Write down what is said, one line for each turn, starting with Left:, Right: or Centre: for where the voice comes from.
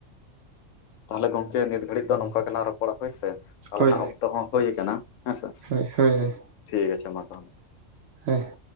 Left: ᱛᱟᱦᱚᱞᱮ ᱜᱚᱝᱠᱮ ᱱᱤᱛ ᱜᱷᱟᱹᱲᱤᱡ ᱫᱚ ᱱᱚᱝᱠᱟ ᱜᱮᱞᱟᱝ ᱨᱚᱯᱚᱲᱟ ᱦᱳᱭ ᱥᱮ ᱟᱞᱟᱝᱟᱜ
Right: ᱦᱳᱭ
Left: ᱚᱠᱛᱚ ᱦᱚᱸ ᱦᱳᱭ ᱠᱟᱱᱟ ᱦᱮᱸᱥᱮ
Right: ᱦᱳᱭ ᱦᱳᱭ ᱦᱳᱭ
Left: ᱴᱷᱤᱠ ᱟᱪᱷᱮ ᱢᱟ ᱛᱟᱦᱚᱞᱮ
Right: ᱦᱮᱸ